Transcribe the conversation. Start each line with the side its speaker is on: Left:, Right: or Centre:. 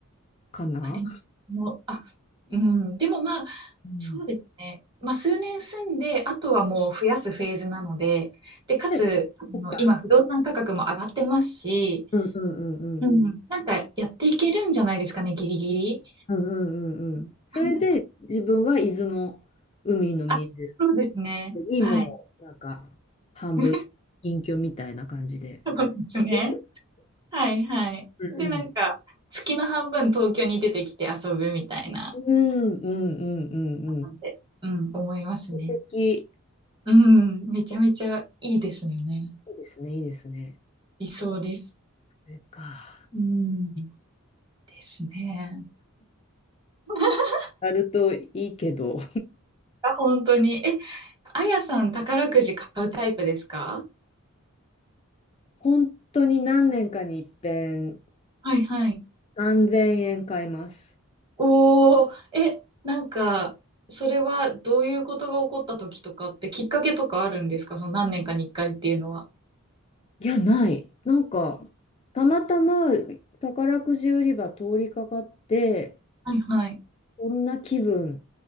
Left: かな。
Right: 足りもあ、うん。でもまあ、
Left: うん。
Right: そうですね。まあ、数年住んで、あとはもう増やすフェーズなので、で、かつ、
Left: で、
Right: あの、
Left: そっか。
Right: 今、不動産価格も上がってますし、
Left: うんうんうんうん。
Right: うん。なんか、やっていけるんじゃないですかね、ギリギリ。
Left: うんうんうんうん。
Right: <laughs>
Left: それで自分は伊豆の海の水
Right: あ、そうですね。
Left: にもうなんか半分隠居みたいな感じで暮らしていくって感じ。
Right: はい。<laughs> そうですね。はいはい。
Left: うんうん。
Right: で、なんか、月の半分東京に出てきて遊ぶみたいな、
Left: うんうんうんうんうん。
Right: ってうん、思いますね。
Left: 素敵。
Right: うん、めちゃめちゃいいですよね。
Left: いいですね、いいですね。
Right: 理想です。
Left: それか。
Right: うん、ですね。<laughs>
Left: あるといいけど、
Right: あ、本当に。え、あやさん宝くじ買うタイプですか
Left: 本当に何年かに一遍
Right: はいはい。
Left: 3000円買います。
Right: おー、え、なんか、それはどういうことが起こった時とかってきっかけとかあるんですかその何年かに一回っていうのは。
Left: いや、ない。なんか、たまたま宝くじ売り場通りかかって、
Right: はいはい。
Left: そんな気分